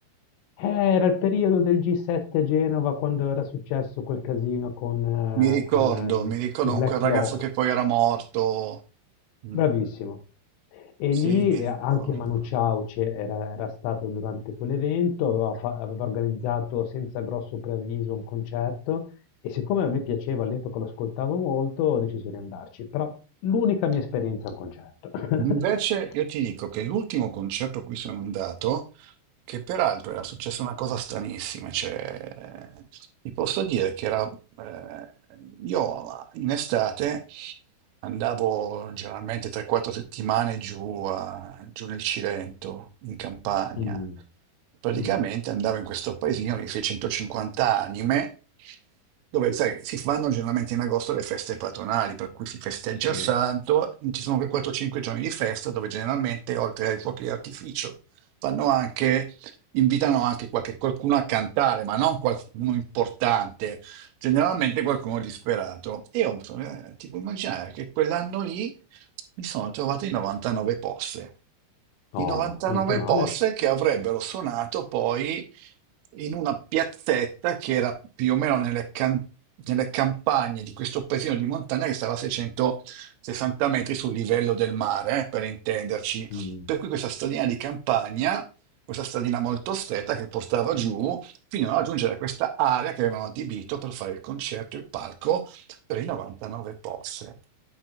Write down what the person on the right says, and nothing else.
Mi ricordo,
mi ricordo
con quel ragazzo
che poi era morto. Mm,
Sì,
mi
ricordo.
Invece io ti dico che l'ultimo concerto a cui sono andato che peraltro era successa una cosa stranissima, cioè vi posso dire che era, eh, io in estate andavo generalmente 3-4 settimane giù, a- giù nel Cilento, in Campania,
praticamente
andavo in questo paesino di 650 anime, dove sai, si fanno generalmente in agosto le feste patronali, per cui si festeggia
il santo, ci sono quei 4-5 giorni di festa dove generalmente oltre ai fuochi d'artificio fanno anche invitano anche qualche- qualcuno a cantare, ma non qualcuno importante, generalmente qualcuno disperato. E io mi sono- eh, ti puoi immaginare che quell'anno lì mi sono trovato in 99 posse.
I 99
posse che avrebbero suonato poi in una piazzetta che era più o meno nelle, can- nelle campagne di questo paesino di montagna che stava a 660 metri sul livello del mare, eh, per intenderci.
Per cui questa stradina di campagna questa stradina molto stretta che portava giù fino a raggiungere questa area che avevano adibito per fare il concerto, il palco per i 99 posse.